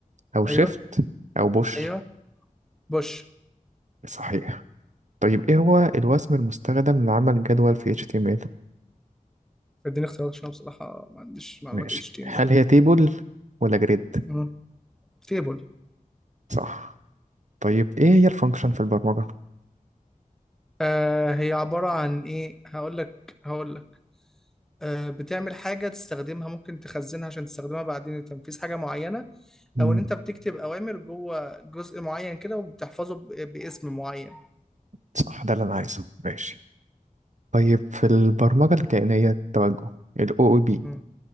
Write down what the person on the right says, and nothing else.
أو شيفت
أو بوش
صحيح طيب إيه هو الوسم المستخدم لعمل جدول في HTML
ماشي
هل هي تيبل ولا جريد
صح طيب ايه هي الفانكشن في البرمجة
مم.
صح ده اللي انا عايزه ماشي طيب في البرمجة الكائنية التوجه ال OOP